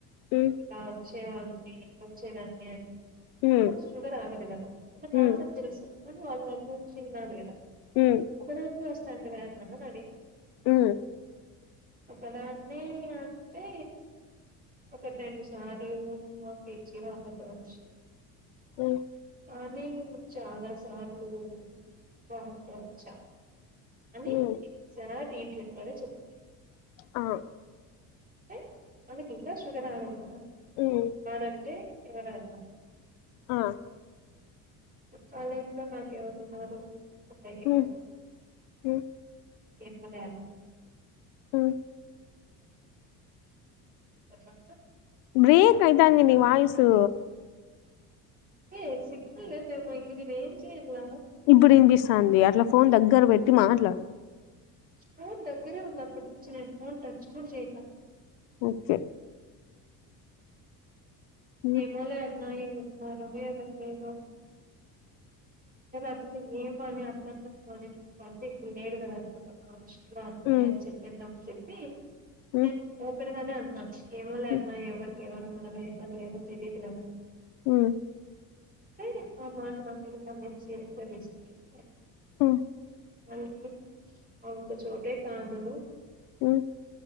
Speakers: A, on the left; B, on the right.
A: మ్మ్
B: రావచ్చు ఏవండీ వచ్చేదాన్న్యే
A: మ్మ్
B: ఆమకు షుగర్ ఆగది గదా ఎనాకు
A: మ్మ్
B: ఆన్సర్ తెలుసు అ అల్ మంచి చి నాదిగా
A: మ్మ్
B: ఒకక్కడ వస్త సంత వేరన్నా అడి
A: అ
B: అక్కడన్నే అంటే ఒకటి రెండు సార్లు మా పేజీ వాళ్ళకోచ్చు
A: ఓ
B: కానీ చాలా సార్లు స అచ్చ అ ఇ
A: మ్మ్
B: లోనే చెప్ప
A: ఆ
B: అ శ కద అ
A: మ్మ్
B: ఆడంతే సర
A: ఆ
B: కాలజ్ లో నాక ఎవ ఉన్నారురు అ
A: మ్మ్
B: క
A: మ్మ్
B: ఏమ లేత
A: ఆ
B: తర్వాత
A: బ్రేక్ అయితా
B: మళ్ళీ
A: అందీని వయసు
B: ఏయ సిలేదేమో ఇ ఏం చేయలా
A: ఇప్పుడు వినిపిస్తుంది అట్లా ఫోన్ దగ్గర పెట్టి మాట్లాడు
B: ఫోన్ దగ్గరే ఉంది అప్పటి నుంచి నేను ఫోన్ టచ్ కూడా చేయినా
A: ఓకే మ్మ్
B: హేమాలయన్నా ఇ ఎన్నారో ఎవరు లేరో అసలు ఏమ అని అట్లా అంటున్నా అనికు అంటే ఇప్పుడు లేడు కద అ మనే
A: మ్మ్
B: అంత చెప్పంది నమ్ చెప్ప తీ
A: మ్మ్
B: ఏం ఓపెన్గానే అంత మ ఏమో లే
A: మ్మ్
B: అన్న ఎవరికి ఎవరు వుంనారో ఎవ్వరు లేరో తెలీదు కదా
A: హ
B: అంటే ఆ మాట ఆ పిల్ల నమ్మించి అ
A: మ్మ్
B: మళ్ళీ ఒకచోటే కాదు
A: మ్మ్